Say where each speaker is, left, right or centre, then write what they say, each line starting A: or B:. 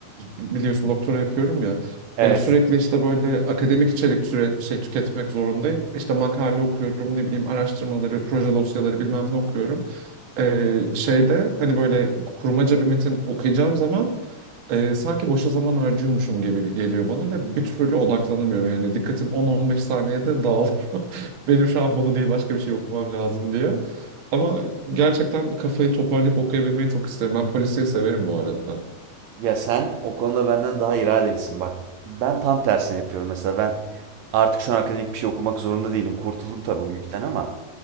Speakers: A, on the right; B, on the right.
A: biliyorsun doktora yapıyorum ya.
B: Evet.
A: Ee, sürekli işte böyle akademik içerik süre, şey tüketmek zorundayım. İşte makale okuyorum, ne bileyim araştırmaları, proje dosyaları bilmem ne okuyorum. Ee, şeyde hani böyle kurmaca bir metin okuyacağım zaman ee, sanki boşa zaman harcıyormuşum gibi geliyor bana ve bir türlü odaklanamıyorum. Yani dikkatim on on beş saniyede dağılıyor. <laughs> Benim şu an bunu değil başka bir şey okumam lazım diye. Ama gerçekten kafayı toparlayıp okuyabilmeyi çok isterim. Ben polisiye severim bu arada.
B: Ya sen o konuda benden daha iradelisin bak. Ben tam tersini yapıyorum mesela ben artık şu an akademik bir şey okumak zorunda değilim. Kurtuldum tabii o yükten ama